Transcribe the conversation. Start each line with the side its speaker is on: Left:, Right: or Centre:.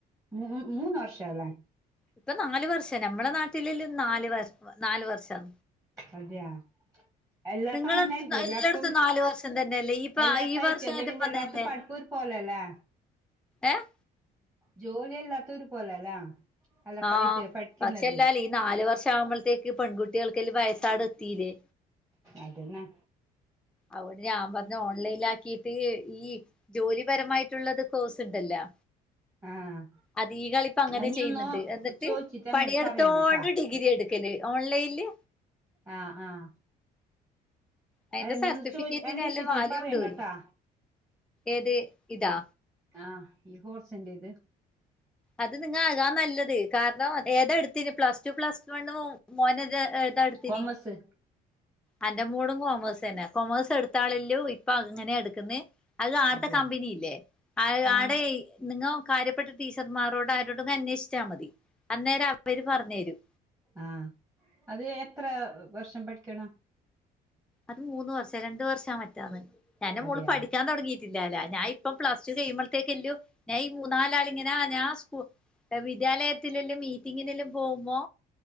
Right: മൂ മൂന്ന് വർഷല്ലേ
Centre: ഇപ്പം നാല് വർഷം നമ്മളെ നാട്ടിൽ ല് നാല് വർ നാല് വർഷം
Right: അതെയാ എല്ലാട്ത്തും
Centre: നിങ്ങളടുത്ത്
Right: അങ്ങനായ്ര്ക്കും എല്ലാട്ത്തും
Centre: എല്ലായിടത്തും നാല് വർഷം തന്നെയല്ലേ ഈ
Right: എല്ലാട്ത്തു
Centre: ഈ
Right: അയ്ക്കും
Centre: വർഷമായിട്ടും വന്നല്ലേ
Right: <unintelligible> പഠ്പ്പ് പോലലേ
Centre: ഏഹ്
Right: ജോല്യല്ലാത്തൊരുപോലലാ അല്ല
Centre: ആഹ്
Right: പൈ ത് പഠിക്കുന്നത്
Centre: പക്ഷെ എല്ലാലും ഈ നാല് വർഷം ആവുമ്പോഴത്തേക്ക് പെൺകുട്ടികൾക്ക് വയസ്സാട് എത്തിയില്ലേ.
Right: അതെന്നെ.
Centre: അവര് ഞാൻ പറഞ്ഞ് ഓൺലൈനാക്കീട്ട് ഈ ജോലിപരമായിട്ടുള്ളത് കോഴ്സ്ണ്ടല്ലോ
Right: ആഹ്
Centre: അധീകാളിപ്പങ്ങനെ
Right: അത് നീ
Centre: ചെയ്യ്ന്ന്ണ്ട്
Right: ഒന്ന്
Centre: എന്നിട്ട്
Right: ചോദിച്ചിട്ട് എന്നോട്
Centre: പണിയെടുത്തോണ്ട്
Right: പറയണട്ടാ
Centre: ഡി ഗ്രി എട്ക്കല് ഓൺലൈല്
Right: ആഹ് ആഹ്
Centre: അയ്ന്റെ
Right: അല്ല
Centre: സർട്ടിഫിക്കറ്റിനാലും
Right: നീ ഒന്ന് ചോദി അന്വേഷിച്ചിട്ട്
Centre: വാല്യുണ്ട്പോലും
Right: പറയണട്ടാ
Centre: ഏത് ഇതോ
Right: ആഹ് ഈ കോഴ്സ്ന്റെത്
Centre: അത് നിങ്ങ <unintelligible> നല്ലത്. കാരണം ഏതാ എടുത്തെന് പ്ലസ് ടു പ്ലസ് വണ്ണ് പോം മോനത് ജ എടുത്തനി.
Right: കോമേഴ്സ്
Centre: അന്റെ മോളും കോമേഴ്സ് ന്നെ. കൊമേഴ്സ് എടുത്താളല്ലോ ഇപ്പൊ അങ്ങനെ എടുക്കന്നെ. അത് <unintelligible>
Right: അതെയാ
Centre: കമ്പനിയില്ലേ. ആഹ്
Right: ഏഹ്
Centre: ആടെ നിങ്ങ കാര്യപ്പെട്ട ടീച്ചർമാരോട് അരോട് അന്വേഷിച്ചാൽ മതി. അന്നേരം അവര് പറഞ്ഞു തരും.
Right: ആഹ അത് എത്ര വർഷം പഠിക്കണം?
Centre: അത് മൂന്ന് വർഷം രണ്ടു വർഷ <unintelligible> എന്റെ മോള്
Right: അതെയാ
Centre: പഠിക്കാൻ തുടങ്ങി ഇല്ലാല്ല. ഞാൻ ഇപ്പം പ്ലസ്ടു കഴിയുമ്പഴത്തേക്കല്ലു, ഞാ ഈ മൂന്നാലാളിങ്ങനാ ഞാ സ് വിദ്യാലയത്തിലല്ലും മീറ്റിങ്ങിനെല്ലും പോകുമ്പോ,